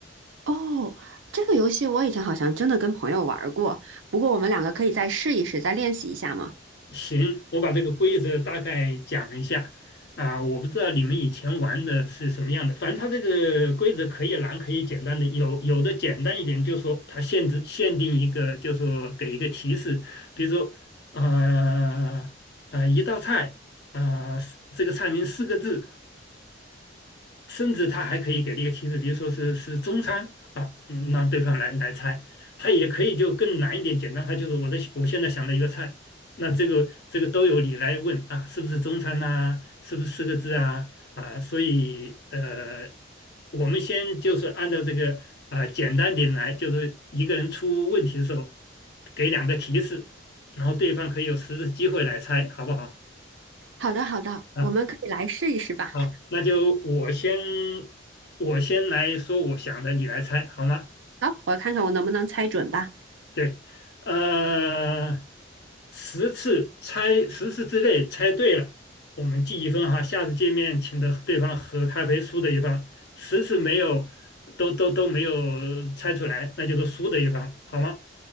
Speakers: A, on the right; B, on the left.
A: 哦？这个游戏我以前好像真的跟朋友玩儿过，不过我们两个可以再试一试，再练习一下吗？
B: 行，我把这个规则大概讲一下。啊、我不知道你们以前玩的是什么样的，反正它这个规则可以难，可以简单的，有有的简单一点，就说它限制限定一个，就说给一个提示，比如说呃呃一道菜，啊，这个菜名四个字。甚至他还可以给了一个提示，比如说是是中餐啊，嗯让对方来来猜。他也可以就更难一点，简单，他就是我的我现在想的一个菜，那这个这个都有你来问啊，是不是中餐呐、是不是四个字啊？啊，所以呃，我们先就是按照这个啊、简单点来，就是一个人出问题的时候给两个提示，然后对方可以有实质机会来猜，好不好？
A: 好的，好的，
B: 啊？
A: 我们可以来试一试吧。
B: 好，那就我先我先来说我想的，你来猜好吗？
A: 好，我看看我能不能猜准吧。
B: 对，呃，十次猜十次之内猜对了，我们记一分哈。下次见面请的对方喝咖啡，输的一方；十次没有都都都没有猜出来，那就是输的一方，好吗？